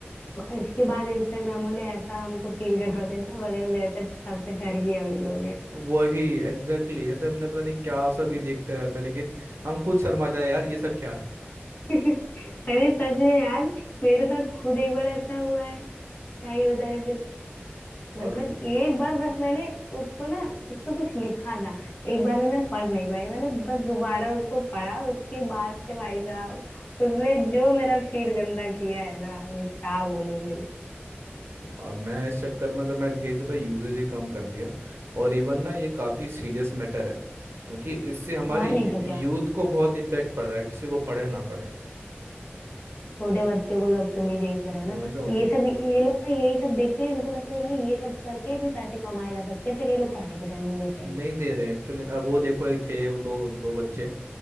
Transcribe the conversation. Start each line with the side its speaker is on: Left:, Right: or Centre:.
Left: इसके बाद इंस्टाग्राम वाले ऐसा हमको फील करवा देना मतलब ऐसा तब से ठहर गए हम ही लोग हैं।
Right: वही एग्जैक्टली exactly, ऐसे हमने पता नहीं क्या सब ही देखते रहता है लेकिन हम खुद शर्मा जाए यार ये सब क्या है
Left: <laughs> अरे सच में यार मेरे साथ खुद एक बार ऐसा हुआ है क्या ही बताए मतलब
Right: और
Left: एक बार बस मैंने उसको ना उस पे कुछ लिखा था एक बार में मैं पढ़ नहीं पाई मैंने बस दोबारा उसको पढ़ा उसके बाद से भाई साहब उसने जो मेरा फील गंदा किया है ना मैं क्या बोलूं फिर
Right: अब मैं इस चक्कर में तो मैं धीरे धीरे यूजेज ही कम कर दिया और इवन ना ये काफ़ी सीरियस मैटर है क्योंकि इससे हमारे
Left: और
Right: यूथ
Left: नहीं तो क्या
Right: को बहुत इम्पैक्ट पड़ रहा है किसी को पढ़े ना पढ़े
Left: छोटे बच्चों को तो अब तुम ही देख रहे हो
Right: वो
Left: ना
Right: तो
Left: ये सब ये लोग ना यही सब देखते हैं इनको लगता है भाई ये सब करके भी पैसे कमाए जा सकते हैं फिर ये लोग पढ़ाई पे ध्यान नहीं देते हैं
Right: नहीं दे रहे एक्चुअली अब वो देखो एक थे वो दो दो बच्चे